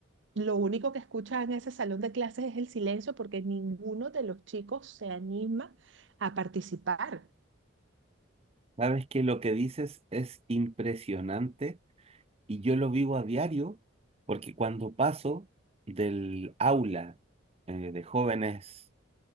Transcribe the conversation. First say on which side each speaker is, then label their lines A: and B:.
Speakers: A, on the right; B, on the right.
A: lo único que escucha en ese salón de clases es el silencio porque ninguno de los chicos se anima a participar.
B: Sabes que lo que dices es impresionante y yo lo vivo a diario porque cuando paso del aula eh, de jóvenes